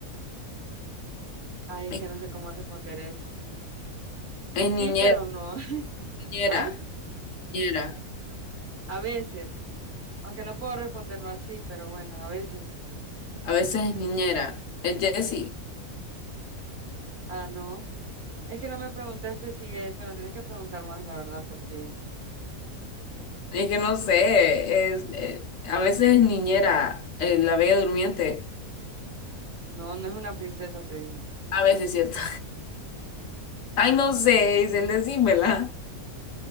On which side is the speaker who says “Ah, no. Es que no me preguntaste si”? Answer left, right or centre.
Right